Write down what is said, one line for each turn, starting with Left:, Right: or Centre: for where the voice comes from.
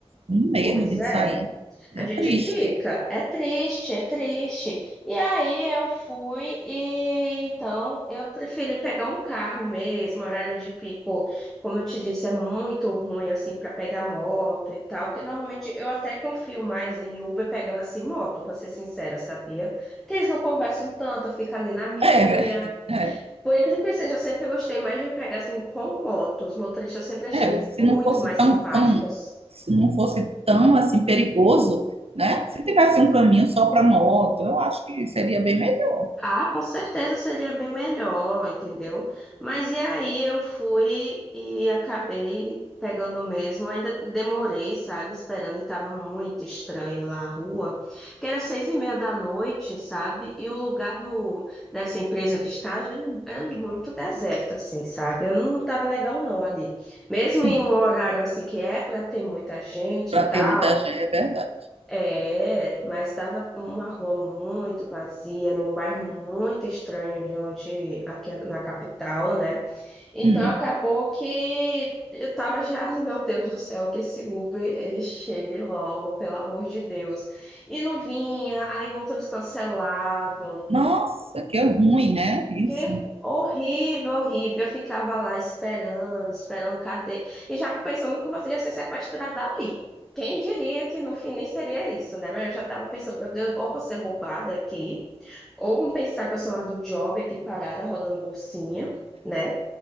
Right: um medo
Centre: Pois
Right: de
Centre: é,
Right: sair. É
Centre: a gente
Right: triste.
Centre: fica, é triste, é triste. E aí eu fui e então eu preferi pegar um carro mesmo, horário de pico, como eu te disse, é muito ruim assim para pegar moto e tal, que normalmente eu até confio mais em Uber pegando assim moto, pra ser sincera, sabia? Que eles não conversam tanto, eu fico ali na minha.
Right: É, Werther, é,
Centre: Por incrível que seja, eu sempre gostei mais de pegar assim com motos. Os motoristas eu sempre achei
Right: é.
Centre: eles
Right: Se
Centre: muito
Right: não fosse
Centre: mais
Right: tão,
Centre: simpáticos.
Right: tão, se não fosse tão assim perigoso, né? Se tivesse um caminho só para moto, eu acho que seria bem melhor.
Centre: Ah, com certeza seria bem melhor, entendeu? Mas e aí eu fui e acabei pegando mesmo, ainda demorei, sabe, esperando e tava muito estranho lá a rua, que era seis e meia da noite, sabe? E o lugar do, dessa empresa de estágio era, era muito deserto, assim, sabe? Eu não tava legal não ali. Mesmo
Right: Sim,
Centre: em um horário assim que é para ter muita gente
Right: para
Centre: e tal,
Right: ter muita gente, é verdade.
Centre: é, mas estava uma rua muito vazia, num bairro muito estranho de onde, aqui na capital, né? Então
Right: Hum.
Centre: acabou que eu tava já, "Ai, meu Deus do céu, que esse Uber ele chegue logo, pelo amor de Deus. E não vinha, aí outros cancelavam.
Right: Nossa, que ruim, né? Isso.
Centre: Que horrível, horrível. Eu ficava lá esperando, esperando, cadê? E já pensando que você ia ser sequestrada ali. Quem diria que no fim nem seria isso, né? Mas eu já estava pensando, meu Deus, ou vou ser roubada aqui, ou vão pensar que eu sou lá do job aqui parada, rodando bolsinha, né?